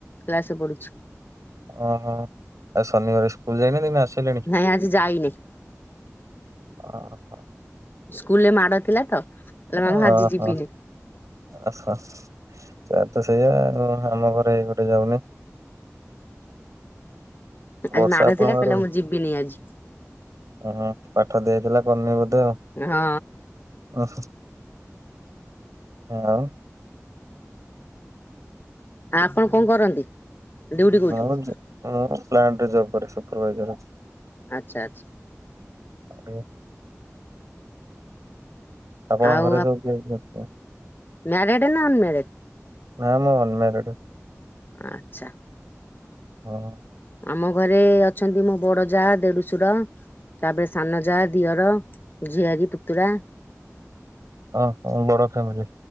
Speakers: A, on the left (about 40°); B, on the right (about 85°).
A: କ୍ଲାସରେ ପଢୁଛି।
B: ଓହୋ ଆଉ ଶନିବାର ସ୍କୁଲ ଯାଇନି ଦିନେ ଆସିଲେଣି।
A: ନା ଆଜି ଯାଇନି।
B: ହଁ
A: ସ୍କୁଲରେ ମାଡ ଥିଲା ତ। କହିଲା ମାମା
B: ଓ ହୋ
A: ଆଜି ଯିବିନି
B: ଆସ ସେ ତ ସେଇଆା ଆମ ଘରେ ଏଇ ଗୋଟେ ଯାଉନି। ବର୍ଷା
A: ଆଜି ମାଡ
B: ଆପଣଙ୍କର
A: ଥିଲା କହିଲା ମୁଁ ଯିବିନି ଆଜି।
B: ଓ ହଁ ପାଠ ଦିଆଥିଲା କରିନି ବୋଧେ ଆଉ।
A: ହଁ।
B: ଓ ଆଉ।
A: ଆପଣ କଣ କରନ୍ତି ଡିଉଟି କୋଉଠି।
B: ମୁଁ ଯ ମୁଁ ପରେ ପଲାଟ କରେ ସୁପରଭାଇଜର ଅଛି।
A: ଆଚ୍ଛା ଆଚ୍ଛା।
B: ହଉ। ଆପଣଙ୍କ
A: ଆଉ
B: ଘରେ ସବୁ କିଏ କିଏ।
A: ମ୍ୟାରେଡ ନା ଅନମ୍ୟାରେଡ
B: ନା ମୁଁ ଅନ୍ମମାରେଢ।
A: ଆଚ୍ଛା।
B: ହଁ।
A: ଆମ ଘରେ ଅଛନ୍ତି ମୋ ବଡ ଯା ଦେଢୁଶୂୁର। ତାପରେ ସାନଜା ଦିଅର ଝିଆରୀ ପୁତୁରା।
B: ହଁ ବଡ ଫ୍ୟାମିଲି।